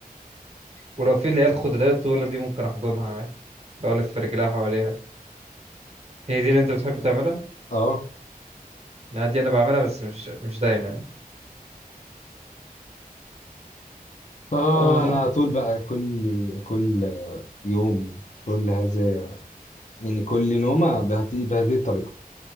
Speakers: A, on the right (about 40°); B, on the left (about 50°).
A: ولو في اللي هي الخداديه الطويله دي ممكن احضنها عادي لو الف رجليها حواليها هي دي اللي انت بتحب تعملها
B: اه
A: لا دي انا بعملها بس مش مش دايما يعني
B: اه
A: آه
B: انا على طول بقى كل كل يوم كل هذا يعني كل نومة بهذه بهذه الطريقة